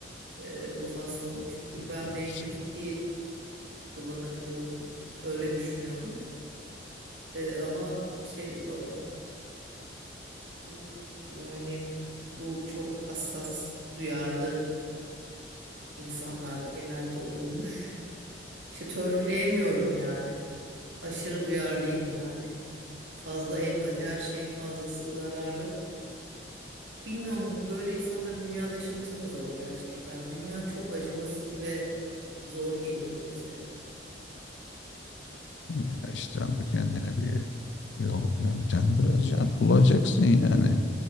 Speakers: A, on the right; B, on the left.
A: E, bu hastalık.
B: balıklar
A: Çünkü ben
B: duygusal.
A: beynimi çok iyi kullanabiliyordum. Öyle düşünüyordum. E, ama şey dedi o da. "Hı Yani bu çok hassas, duyarlı insanlarda genelde oluyormuş. İşte törpüleyemiyorum yani. Aşırı duyarlıyım yani. Fazla empati, her şeyin fazlası zararlı. Bilmiyorum bu böyle insanların dünyada yaşaması da zor gerçekten. Dünya çok acımasız ve zor geliyor bize.
B: Ya işte ama kendine bir yol yöntem biraz ya bulacaksın yani.